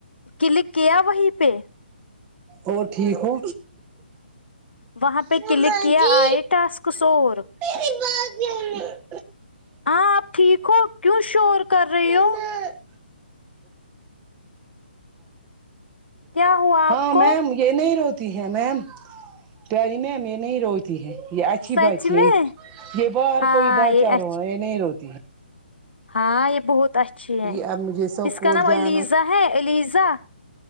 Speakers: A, on the left; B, on the right.
A: کلک کیا وہیں پہ
B: اور ٹھیک ہو
A: وہاں پہ
B: مما
A: کلک کیا
B: جی
A: آئے ٹاسکس اور
B: میری بات سنو
A: ہاں آپ ٹھیک ہو کیوں شور کر رہی
B: نانا
A: ہو کیا ہوا
B: ہاں
A: آپ کو
B: میم یہ نہیں روتی ہے میم پیاری میم یہ نہیں روتی ہے یہ اچھی
A: سچ
B: بچی
A: میں
B: یہ باہر
A: ہاں
B: کوئی بچہ
A: یہ اچ
B: رو را یہ نہیں روتی ہے
A: ہاں یہ بہت اچھی ہے
B: یہ اب مجھے سکول
A: اس کا نام
B: جانا
A: علیزہ ہے علیزہ